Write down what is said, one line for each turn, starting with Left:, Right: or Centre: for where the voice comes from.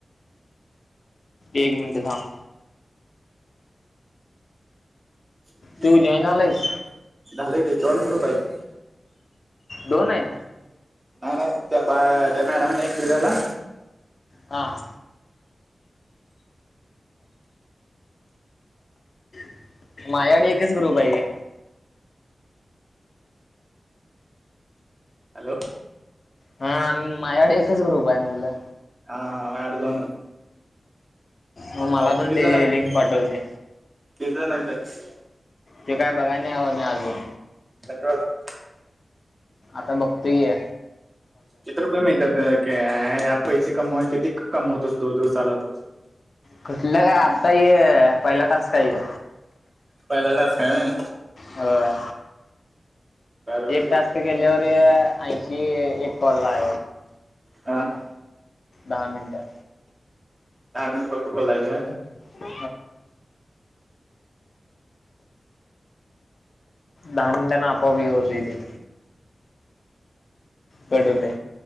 Left: एक मिनंट थांब.
Right: <unintelligible>
Left: तू जॉईन झालायस
Right: झाले की जॉइन्ट ग्रुप आहेत.
Left: दोन आहेत.
Right: नाही नाही त्या बा त्या मॅडमने एक दिलेला.
Left: हा. <inaudible> माझ्याकडे एकच ग्रुप आहे.
Right: हॅलो.
Left: हा माझ्याकडे एकच ग्रुप आहे म्हणलं.
Right: हा हा माया कडे दोन आहे.
Left: हो मला
Right: किती
Left: पण ते
Right: जण आहेत
Left: लिन्क पाठव ती.
Right: किती जण आहेत त्यात
Left: ते काय बघाय नाही आल मी अजून.
Right: धन्यवाद.
Left: आता बघतो घे.
Right: किती रुपये मिळतात? क्या या पैसे कमा किती कमवतोस दोन दिवसाला तु.
Left: कुठलं काय? आत्ताय पहिला टास्क हाये यो.
Right: पहिला टास्क हाय होय.
Left: होय.
Right: बरोबर
Left: एक टास्क केल्यावर ऐ क एक कॉल ला.
Right: ह, हा...
Left: दहा मिनटं.
Right: दहा मिनटं फक्त बोलायच.
Left: होय <unintelligible> दहा मिनिटाने आपोआप हे होते हे. कट होतोय